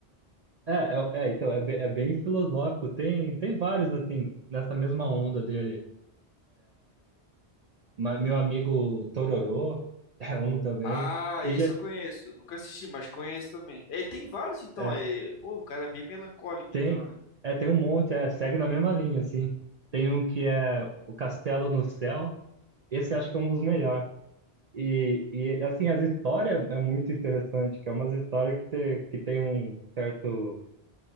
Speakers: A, on the right (about 50°); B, on the left (about 75°).
A: é, é, é, então, é, be- é bem filosófico. Tem, tem vários, assim, nessa mesma onda dele. Ma- meu amigo Tororô <laughs> é um também.
B: Ah,
A: E
B: esse
A: já,
B: eu conheço. Nunca assisti, mas conheço também. É, Ele tem vários, então.
A: é,
B: É... Pô, o cara é bem melancólico,
A: tem,
B: então, né?
A: é, tem um monte, é, segue na mesma linha, assim. Tem um que é O Castelo no Céu. Esse acho que é um dos melhores. E, e assim, as histórias é muito interessante, que é umas histórias que, você, que tem um certo,